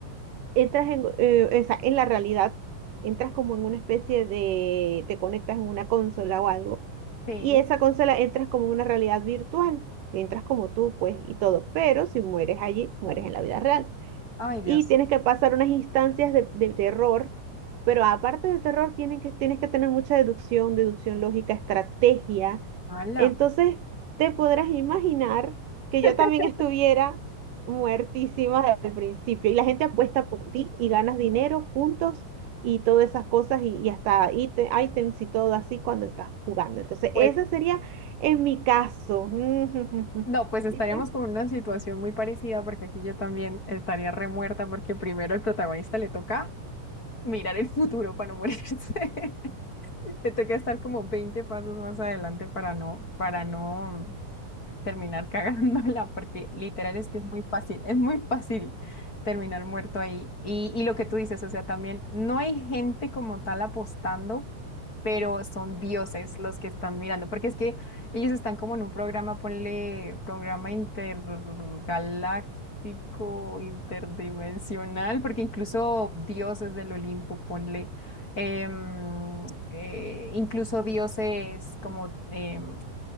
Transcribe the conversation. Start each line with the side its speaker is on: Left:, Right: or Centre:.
Right: entras en, eh, o sea, en la realidad, entras como en una especie de, te conectas en una consola o algo,
Left: Sí.
Right: y esa consola entras como en una realidad virtual, entras como tú, pues, y todo, pero si mueres allí, mueres en la vida real
Left: Ay, Dios.
Right: y tienes que pasar unas instancias de, de terror, pero aparte de terror tienen que, tienes que tener mucha deducción, deducción lógica, estrategia.
Left: Hala.
Right: Entonces, te podrás imaginar que
Left: <laughs>
Right: yo también estuviera muertísima al principio y la gente apuesta por ti y ganas dinero juntos y todas esas cosas y, y hasta ítem- ítems y todo así cuando estás jugando. Entonces,
Left: Pues
Right: ese sería en mi caso. <laughs>
Left: No, pues estaríamos
Right: ¿Y tú?
Left: con una situación muy parecida porque aquí yo también estaría remuerta porque primero al protagonista le toca mirar el futuro para no morirse. <laughs> Le toca estar como 20 pasos más adelante para no, para no terminar <laughs> cagándola, porque literal es que es muy fácil, es muy fácil terminar muerto ahí. Y, y lo que tú dices, o sea, también no hay gente como tal apostando, pero son dioses los que están mirando, porque es que ellos están como en un programa, ponle programa intergaláctico, interdimensional, porque incluso dioses del Olimpo, ponle... em, eh, incluso dioses como em,